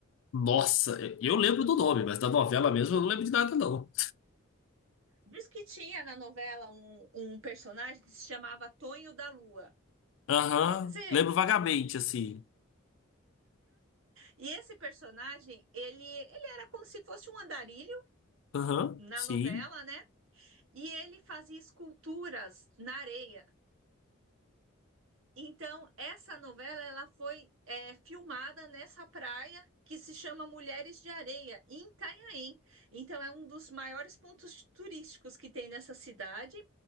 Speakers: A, on the left; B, on the right.
A: Nossa, eu lembro do nome, mas da novela mesmo eu não lembro de nada, não.
B: Diz que tinha na novela um, um personagem que se chamava Tonho da Lua.
A: Aham,
B: Você.
A: lembro vagamente, assim.
B: E esse personagem, ele, ele era como se fosse um andarilho
A: Aham,
B: na
A: sim.
B: novela, né? E ele fazia esculturas na areia. Então, essa novela ela foi é, filmada nessa praia que se chama Mulheres de Areia, em Itanhaém. Então, é um dos maiores pontos turísticos que tem nessa cidade.